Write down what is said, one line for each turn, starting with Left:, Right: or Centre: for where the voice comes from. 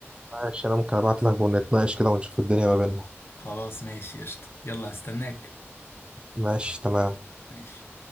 Right: ماشي أنا ممكن أبعت لك ونتناقش كده ونشوف الدنيا ما بيننا
Left: خلاص ماشي قشطة يلا هستناك
Right: ماشي تمام
Left: ماشي